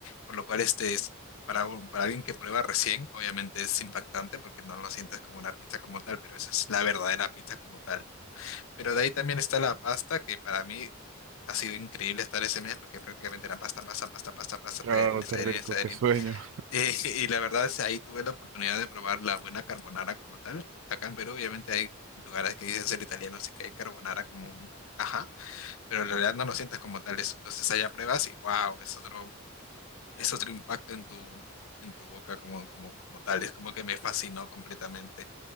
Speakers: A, on the left; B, on the right.
A: por lo cual este es, para, un- para alguien que prueba recién, obviamente es impactante porque no lo sientes como una pizza como tal, pero esa es la verdadera pizza como tal. ¿no? Pero de ahí también está la pasta, que para mí ha sido increíble estar ese mes porque prácticamente era pasta, pasta, pasta, pasta, pasta,
B: Claro,
A: tallarines,
B: qué
A: tallarines,
B: rico,
A: tallarines.
B: qué sueño.
A: Eh, <laughs> y la verdad es ahí tuve la oportunidad de probar la buena carbonara como tal. Acá en Perú, obviamente, hay lugares que dicen ser italianos y que hay carbonara como, un- ajá, pero en realidad no lo sientes como tal eso. Entonces allá pruebas y wow, es otro, es otro impacto en tu, en tu boca como, como, como tal. Es como que me fascinó completamente.